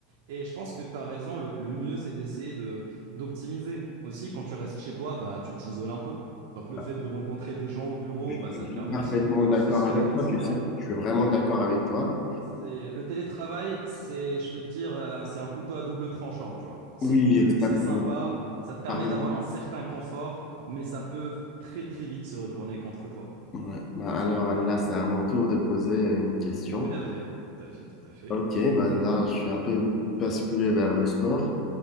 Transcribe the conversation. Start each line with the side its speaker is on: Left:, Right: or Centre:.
Right: Et je pense que tu as raison, le, le mieux, c'est d'essayer de, d'optimiser. Aussi, quand tu restes chez toi, bah, tu t'isoles un peu. Donc, le
Left: tard
Right: fait de rencontrer des gens au bureau,
Left: Je,
Right: bah, ça
Left: je suis
Right: te permet
Left: parfaitement
Right: aussi d'être plus
Left: d'accord
Right: social,
Left: avec
Right: etc.
Left: toi, tu sais. Je suis vraiment d'accord avec toi.
Right: C'est, le télétravail, c'est, je peux te dire, euh, c'est un couteau à double tranchant, tu vois. C'est
Left: Oui,
Right: cool,
Left: exactement.
Right: c'est sympa, ça te permet
Left: Par exemple,
Right: d'avoir un certain confort, mais ça peut très, très vite se retourner contre toi.
Left: Ouais. Bah, alors là, c'est à mon tour de poser une question.
Right: Tout à fait, tout à fait, tout à fait.
Left: Ok, bah là, je vais un peu basculer vers le sport.